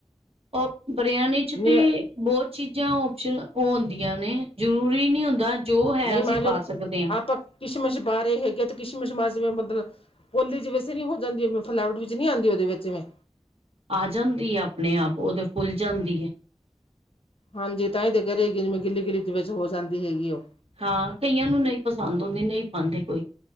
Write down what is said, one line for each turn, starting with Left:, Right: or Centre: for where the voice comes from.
Right: ਉਹ ਬਰਿਆਨੀ ਚ
Left: ਨੀ
Right: ਤੇ, ਬਹੁਤ ਚੀਜ਼ਾਂ ਓਪਸ਼ਨ ਉਹ ਹੁੰਦੀਆ ਨੇ ਜ਼ਰੂਰੀ ਨੀ ਹੁੰਦਾ। ਜੋ ਹੈ
Left: ਨਹੀਂ
Right: ਅਸੀਂ
Left: ਮੰਨ ਲਓ
Right: ਪਾ ਸਕਦੇ ਆ।
Left: ਆਪਾਂ ਕਿਸ਼ਮਿਸ਼ ਬਾਰੇ ਹੈਗੇ ਆ ਤੇ ਕਿ ਕਿਸਸ਼ਮਿਸ਼ ਮਾਜ਼ ਮਤਲਬ, ਪੋਲੀ ਚ ਵੈਸੇ ਨੀ ਹੋ ਜਾਂਦੀ ਫਲੈਵਟ ਵਿੱਚ ਨਹੀਂ ਆਂਦੀ ਉਹਦੇ ਵਿੱਚ ਜਿਵੇਂ,
Right: ਆ ਜਾਂਦੀ ਹੈ ਆਪਣੇ ਆਪ ਉਹ ਤੇ ਫੁੱਲ ਜਾਂਦੀ ਹੈ।
Left: ਹਾਂਜੀ ਤਾਂ ਹੀ ਤੇ ਕਹਿ ਰਹੀ ਹੈਗੀ ਜਿਵੇਂ ਗਿੱਲੀ-ਗਿੱਲੀ ਦੇ ਵਿੱਚ ਹੋ ਜਾਂਦੀ ਹੈਗੀ ਉਹ,
Right: ਹਾਂ ਕਈਆ ਨੂੰ ਨਹੀਂ ਪਸੰਦ ਹੁੰਦੀ ਨਹੀ ਪਾਂਦੇ ਕੋਈ,